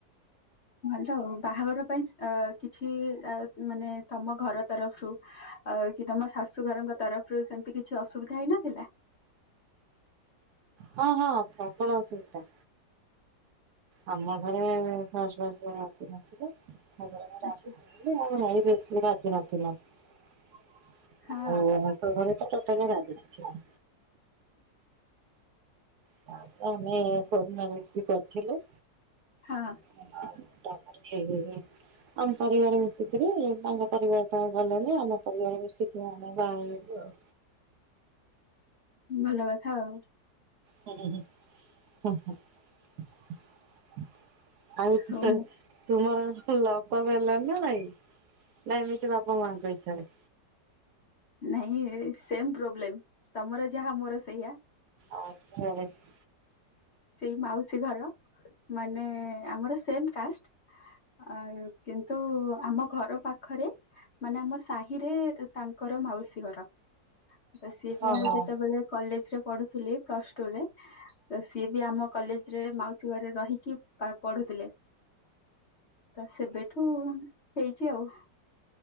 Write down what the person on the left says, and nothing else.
ଭଲ ଆ ବାହାଘର ପାଇଁ ଅ କିଛି ମାନେ ତମ ଘର ତରଫରୁ। ଆଉ କି ତମ ଶାଶୁ ଘରଙ୍କ ତରଫରୁ ସେମିତି କିଛି ଅସୁବିଧା ହେଇନଥିଲା?
ଆଚ୍ଛା
ହଁ
ହଁ।
ଭଲ କଥା ଆଉ।
ହଉ ମୁଁ
ନାଇଁ ସେମ ପ୍ରୋବ୍ଲେମ ତମର ଯାହା ମୋର ସେଇଆ।
ସେଇ ମାଉସୀ ଘର ମାନେ ଆମର ସେମ କାଷ୍ଟ। ଆ କିନ୍ତୁ ଆମ ଘର ପାଖ ପାଖରେ ମାନେ ଆମ ସାହିରେ ତାଙ୍କର ମାଉସୀ ଘର। ତ ସିଏ ବି
ମୁଁ ଯେତେବେଳେ କଲେଜରେ ପଢ଼ୁଥିଲି ପ୍ଲସ ଟୁରେ ତ ସିଏ ବି ଆମ କଲେଜ ରେ ମାଉସୀ ଘରେ ରହିକି ପଢୁଥିଲେ। ତ ସେବେଠୁ ହେଇଛି ଆଉ।